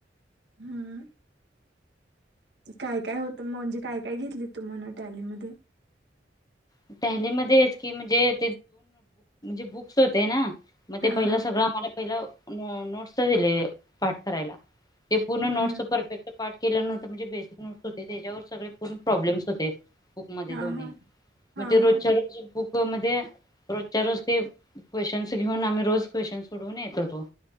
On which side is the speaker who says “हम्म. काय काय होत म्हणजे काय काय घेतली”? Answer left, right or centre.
Right